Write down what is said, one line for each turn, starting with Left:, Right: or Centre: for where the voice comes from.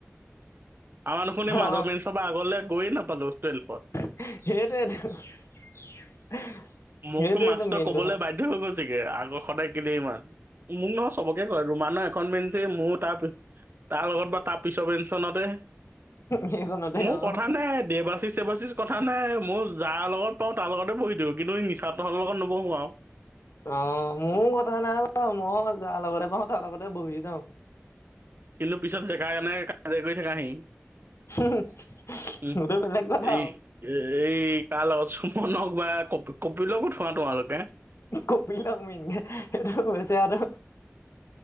Right: আমাৰ দুখুন
Left: অ
Right: মাজৰ মেঞ্চৰ আগলে গয়ে নাপালো টুৱেলভত।
Left: সেইটোৱেটো সেইটোৱে
Right: মোকতো মাষ্টৰ
Left: টো মেইন
Right: ক'বলৈ
Left: কথা।
Right: বাধ্য হৈ গৈছেগে আগৰ সদায় কেলে ইমান মোক ন চবক কয় ৰুমানৰ এখন বেঞ্চ মোৰ তাৰ তাৰ লগত বা তাৰ পিছৰ বেঞ্চ খনতে
Left: সেইখনতে
Right: মোৰ
Left: অ
Right: কথা নাই দেবাচিচ-চেবাচিচ কথা নাই মই যাৰ লগত পাওঁ তাৰ লগতে বহি দিওঁ, কিন্তু মিছাহঁতৰ লগত নবহো আৰু।
Left: অ মোৰ কথা নাই বাৰু। মই যাৰ লগতে পাওঁ তাৰ লগতে বহি যাওঁ।
Right: কিন্তু পিছত জেগাৰ কাৰণে কাজিয়া কৰি থাকাহি।
Left: সেইতু
Right: উম
Left: বেলেগ কথা
Right: এই
Left: আৰু।
Right: এই কাৰল চুমনক বা কপ-কপিল উঠোৱা তোমালোকে।
Left: কপিলক মেইন, সেইটো বেছেৰাটো